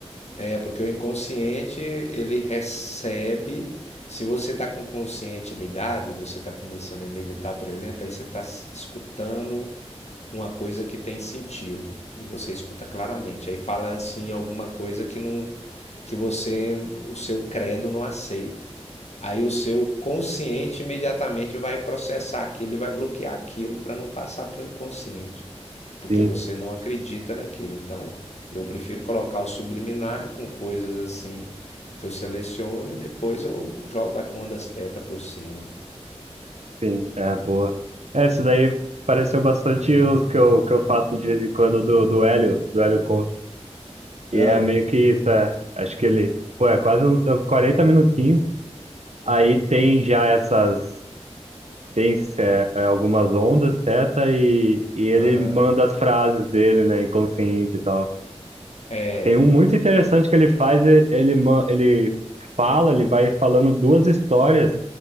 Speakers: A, on the left; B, on the right.
A: é, porque o inconsciente ele recebe. Se você está com o consciente ligado e você está começando a meditar, por exemplo, aí você está escutando uma coisa que tem sentido e você escuta claramente. Aí fala assim alguma coisa que não, que você, o seu credo não aceita. Aí o seu consciente imediatamente vai processar aquilo e vai bloquear aquilo para não passar para o inconsciente porque
B: Sim,
A: você não acredita naquilo. Então, eu prefiro colocar o subliminar com coisas assim que eu seleciono e depois eu jogo a ondas teta por cima.
B: sim. É, boa. É, isso daí pareceu bastante os que eu, que eu faço de vez em quando do, do Hélio, do Hélio Couto. E
A: Ah,
B: é meio que isso, é. Acho que ele, pô, é quase uns, uns 40 minutinhos. Aí tem já essas. tem é, é, algumas ondas, teta, e, e ele
A: aham.
B: manda as frases dele, né, inconsciente e tal.
A: É.
B: Tem um muito interessante que ele faz, e- ele, ma- ele fala, ele vai falando duas histórias